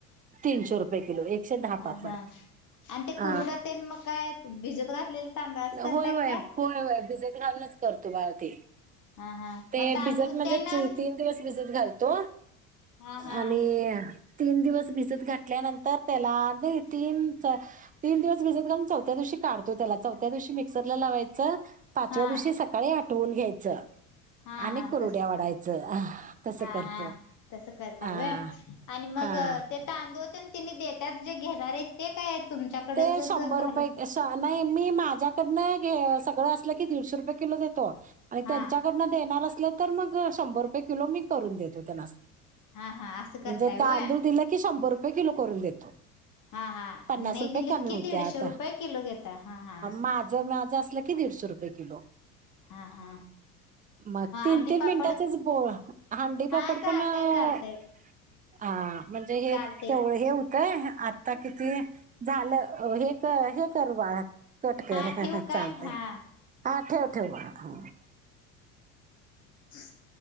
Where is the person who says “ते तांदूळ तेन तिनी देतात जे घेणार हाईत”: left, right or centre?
Left